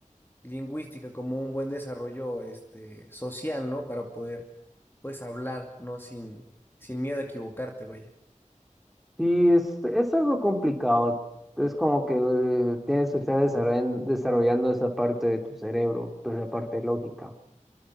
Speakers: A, on the left; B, in the centre.
A: lingüística como un buen desarrollo este, social, ¿no? Para poder, pues, hablar, ¿no? Sin, sin miedo a equivocarte, vaya.
B: Sí, es, es algo complicado. Es como que eh, tienes que estar desarrollando, desarrollando esa parte de tu cerebro, pues, esa parte lógica.